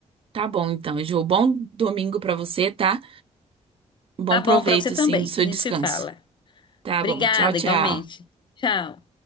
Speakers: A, on the right; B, on the left.
A: Tá bom, então, Ju. Bom domingo pra você, tá? Bom
B: Tá bom,
A: proveito,
B: pra você também.
A: sim, do seu
B: A gente
A: descanso.
B: se fala.
A: Tá
B: Obrigada,
A: bom. Tchau, tchau.
B: igualmente. Tchau.